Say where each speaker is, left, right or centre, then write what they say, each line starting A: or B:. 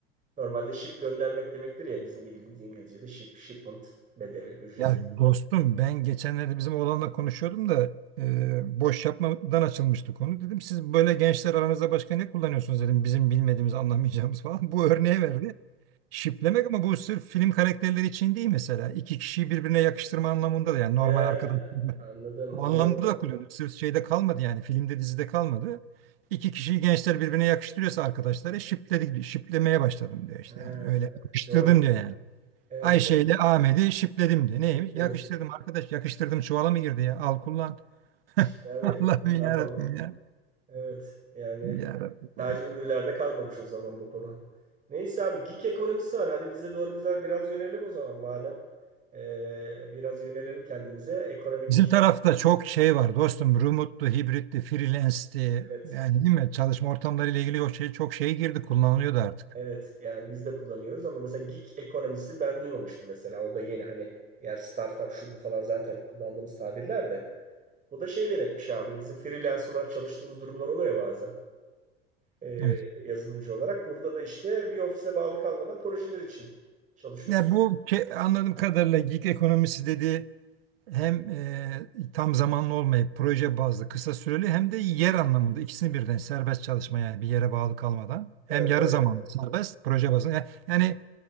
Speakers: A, on the right; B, on the right.
A: Normalde ship göndermek demektir ya bizim bildiğimiz İngilizce'de ship, shipment bedeli, ücreti.
B: Ya dostum ben geçenlerde bizim oğlanla konuşuyordum da e, boş yapmadan açılmıştı konu. Dedim siz böyle gençler aranızda başka ne kullanıyorsunuz dedim. Bizim bilmediğimiz anlamayacağımız falan. <laughs> Bu örneği verdi. Şiplemek ama bu sırf film karakterleri için değil mesela. İki kişiyi birbirine yakıştırma anlamında da yani normal
A: He,
B: arkadaş.
A: anladım.
B: O
A: O zaman
B: anlamda
A: da-
B: da kullanıyor. Sırf şeyde kalmadı yani filmde dizide kalmadı. İki kişiyi gençler birbirine yakıştırıyorsa arkadaşları şipledik, şiplemeye başladım diyor işte
A: he,
B: yani. Öyle yakıştırdım
A: doğru.
B: diyor yani.
A: Evet.
B: Ayşe ile Ahmet'i şipledim de. Neymiş?
A: Şüpheli.
B: Yakıştırdım arkadaş. Yakıştırdım çuvala mı girdi ya? Al kullan.
A: İşte
B: <laughs>
A: abi
B: Allah'ım
A: ne yapalım?
B: yarabbim ya.
A: Evet yani
B: Yarabbim
A: sadece
B: ya.
A: ünlülerde kalmamış o zaman bu konu. Neyse abi geek ekonomisi var. Hadi bize doğru bize biraz yönelim o zaman madem. Ee, biraz yönelelim kendimize. Ekonomik
B: Bizim tarafta çok şey var dostum. Remote'lu, hibritti, freelance'ti.
A: evet
B: Yani değil mi? Çalışma ortamları ile ilgili o şey, çok şey girdi. Kullanılıyordu artık.
A: evet yani biz de kullanıyoruz ama mesela gig ekonomisi ben duymamıştım mesela. O da yeni hani yer startup şu bu falan zaten kullandığımız tabirler de. Bu da şey demekmiş abi bizim freelance olarak çalıştığımız durumlar oluyor ya bazen. e,
B: Evet.
A: yazılımcı olarak. Burada da işte bir ofise bağlı kalmadan projeler için çalışıyorsun.
B: Ya bu ke- anladığım kadarıyla gig ekonomisi dedi. hem e, tam zamanlı olmayıp proje bazlı kısa süreli hem de yer anlamında ikisini birden serbest çalışma yani bir yere bağlı kalmadan
A: Evet,
B: hem yarı
A: evet.
B: zamanlı serbest proje bazlı yani, yani,